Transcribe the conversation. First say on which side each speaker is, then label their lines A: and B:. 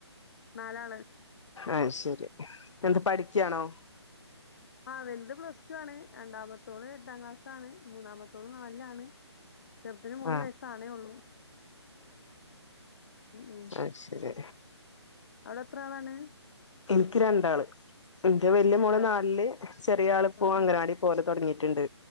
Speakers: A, on the left (about 40°); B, on the left (about 85°).
A: നാലാള്
B: അയ് ശരി എന്ത് പഠിക്കയാണോ
A: ആവലുത് പ്ലസ് ടൂ ആണ് രണ്ടാമത്തോള് എട്ടാം ക്ലാസ് ആണ് മൂന്നാമത്തോള് നാലാണ് ചെറുതിന് മൂന്ന്
B: ആഹ്
A: വയസാണേ ഉള്ളൂ ഉ ഉ
B: അയ് ശരി
A: അവിടെ എത്ര ആളാണ്
B: എനിക്ക് രണ്ടാള് എന്റെ വല്യ
A: രണ്ടാ
B: മോള് നാലില് ചെറിയ ആള് ഇപ്പോ
A: ആഹ്
B: അംഗനവാടി
A: ആഹ്
B: പോലെ തുടങ്ങിട്ട്ണ്ട്